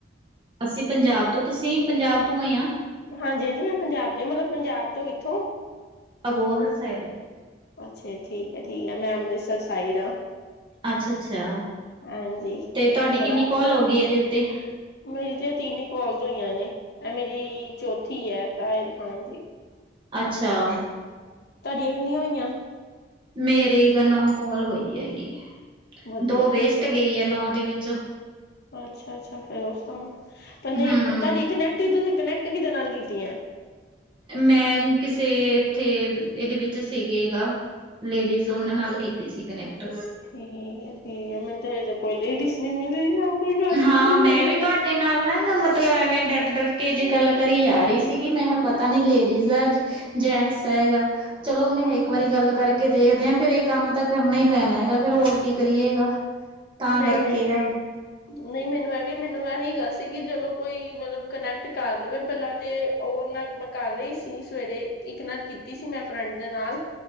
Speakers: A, on the right (about 30°); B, on the left (about 60°).
A: ਅਸੀਂ ਪੰਜਾਬ ਤੋਂ ਤੁਸੀਂ ਪੰਜਾਬ ਤੋਂ ਆਏ ਹਾਂ।
B: ਹਾਂਜੀ ਹਾਂਜੀ ਮੈਂ ਪੰਜਾਬ ਤੇ ਮਤਲਬ ਪੰਜਾਬ ਤੋਂ ਕਿੱਥੋਂ?
A: ਅਬੋਹਰ ਸਾਈਡ।
B: ਅੱਛਾ ਠੀਕ ਆ ਠੀਕ ਆ ਮੈਂ ਅੰਮ੍ਰਿਤਸਰ ਸਾਈਡ ਹਾਂ।
A: ਅੱਛਾ ਅੱਛਾ
B: ਹਾਂਜੀ
A: ਤੇ ਤੁਹਾਡੀ
B: ਬੜਾ
A: ਕਿੰਨੀ ਕਾਲ ਹੋ ਗਈ ਇਹਦੇ ਉੱਤੇ।
B: ਮੇਰੀ ਤੇ ਤਿੰਨ ਕੋਲਜ ਹੋਈਆਂ ਨੇ ਇਹ ਮੇਰੀ ਚੌਥੀ ਹੈ। ਸ਼ਾਇਦ ਹਾਂਜੀ।
A: ਅੱਛਾ।
B: ਤਾਡੀਆਂ ਕਿੰਨੀਆਂ ਹੋਈਆਂ?
A: ਮੇਰੀ ਗਨੌ ਕੋਲ ਹੋਈ ਹੈਗੀ,
B: ਵਧੀਆ
A: ਦੋ ਵੇਸਟ
B: ਫਿਰ
A: ਗਈ ਹੈ ਨੌ ਦੇ ਵਿੱਚ ਚ
B: ਅੱਛਾ ਅੱਛਾ ਫੇਰ ਉਸ ਹਿਸਾਬ ਨਾ, ਪਰ ਨਹੀਂ
A: ਹਮ
B: ਤੁਹਾਡੀ ਕਨੈਕਟ ਤੁਸੀਂ ਕਨੈਕਟ ਕਿਦੇ ਨਾਲ ਕੀਤੀਆਂ।
A: ਮੈਂ ਕਿਸੇ ਇੱਥੇ, ਇਹਦੇ ਵਿੱਚ ਸੀਗੇ ਗਾ। ਲੇਡੀਜ਼ ਉਹਨਾਂ ਨਾਲ ਕੀਤੀ ਸੀ ਕਨੈਕਟ।
B: ਠੀਕ ਹੈ ਠੀਕ ਹੈ ਮੈਨੂੰ ਤਾਂ ਕੋਈ ਲੇਡੀਸ ਨਹੀਂ ਮਿਲ ਰਹੀ ਨਾ ਕੋਈ ਗੱਲ
A: ਹਾਂ
B: ਕਰਨ ਨੂੰ
A: ਮੈਂ
B: ਮਿਲ
A: ਵੀ
B: ਰਿਹਾ।
A: ਤੁਹਾਡੇ ਨਾਲ ਨਾ ਗਾ। ਮਤਲਬ ਐਵੇਂ ਡਰ-ਡਰ ਕੇ ਜੇ ਗੱਲ ਕਰੀ ਜਾ ਰਹੀ ਸੀਗੀ, ਮੈਂ ਕਿਹਾ ਪਤਾ ਨੀ ਲੇਡੀਜ਼ ਐ ਜਾਂ ਜੈਂਟਸ ਹੈਗਾ, ਚਲੋ ਮੈਂ
B: ਆਹੋ
A: ਇੱਕ ਵਾਰੀ ਗੱਲ ਕਰਕੇ ਕੇ ਦੇਖਦੇ ਹਾਂ ਫੇਰ ਇਹ ਕੰਮ ਤਾਂ ਕਰਨਾ ਹੀ ਪੈਣਾ ਹੈਗਾ, ਫੇਰ ਹੋਰ ਕੀ ਕਰੀਏਗਾ। ਤਾਂ
B: ਨਹੀਂ
A: ਕਰਕੇ
B: ਨਹੀਂ।
A: ਗ
B: ਨਹੀਂ ਮੈਨੂੰ ਇਹ ਵੀ ਮੈਨੂੰ ਏ ਹੈਗਾ ਸੀ ਕਿ ਜਦੋਂ ਕੋਈ ਮਤਲਬ ਕਨੈਕਟ ਕਰ ਲਵੇ, ਪਹਿਲਾਂ ਤੇ ਉਹ ਨਾਲ ਮੈਂ ਕਰ ਰਹੀ ਸੀ ਸਵੇਰੇ, ਇੱਕ ਨਾਲ ਕੀਤੀ ਸੀ ਮੈਂ ਫਰੈਂਡ ਦੇ ਨਾਲ।